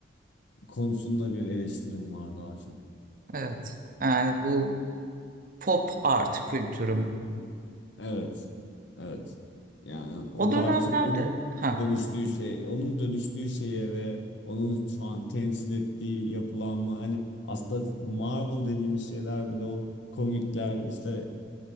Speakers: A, on the left; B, on the right.
A: konusunda bir eleştirim var daha çok.
B: Evet. Yani bu pop art kültürüm.
A: Hı hı. Evet. Evet. Yani o
B: O dönemlerde
A: daha çok onun
B: ha
A: dönüştüğü şey, onun dönüştüğü şeye ve onun şu an temsil ettiği yapılanma hani aslında Marvel dediğimiz şeyler bile o komikler işte